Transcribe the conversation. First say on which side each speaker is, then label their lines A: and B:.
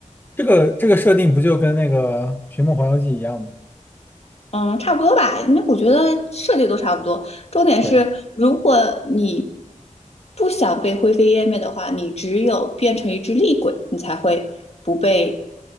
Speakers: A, on the left (about 15°); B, on the left (about 50°).
A: 这个这个设定不就跟那个《寻梦环游记》一样吗？
B: 嗯，差不多吧，因为我觉得设计都差不多。重点是，
A: 对，
B: 如果你不想被灰飞烟灭的话，你只有变成一只厉鬼，你才会不被